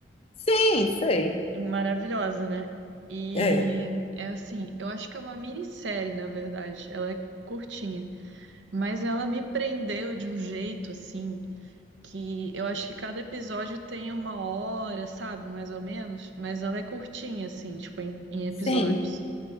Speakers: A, on the left; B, on the right.
A: Sim, sei.
B: Maravilhosa, né? E
A: É,
B: é assim, eu acho que é uma minissérie, na verdade. Ela é curtinha, mas ela me prendeu de um jeito assim que eu acho que cada episódio tem uma hora, sabe? Mais ou menos, mas ela é curtinha assim, tipo em, em episódios.
A: sim.